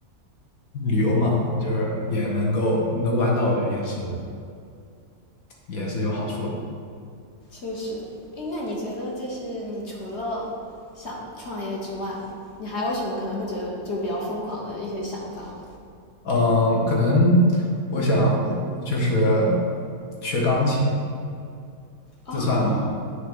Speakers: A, on the left; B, on the left.
A: 旅游嘛，就是也能够能玩到，我觉得也是也是有好处的。
B: 确实，诶，那你觉得就是你除了想创业之外，你还有什么可能会觉得就是比较疯狂的一些想法吗？
A: 嗯，可能我想我我就是学钢琴，
B: 哦，
A: 这算吗？